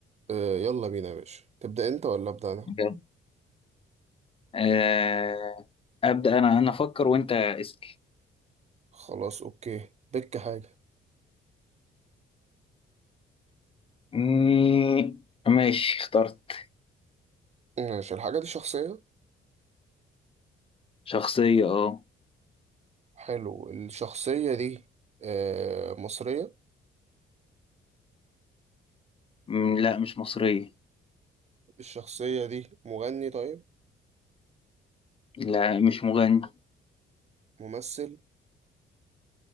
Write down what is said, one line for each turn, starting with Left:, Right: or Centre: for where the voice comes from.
Right: أه يلا بينا يا باشا تبدا انت ولا ابدا انا
Left: بجد. آه ابدا انا انا افكر وانت اسال
Right: خلاص اوكي بك حاجه
Left: مم، ماشي اخترت
Right: ماشي الحاجة دي شخصية
Left: شخصيه اه
Right: حلو الشخصية دي آه، مصرية
Left: مم، لا مش مصريه
Right: الشخصية دي مغني طيب
Left: لا مش مغني
Right: ممثل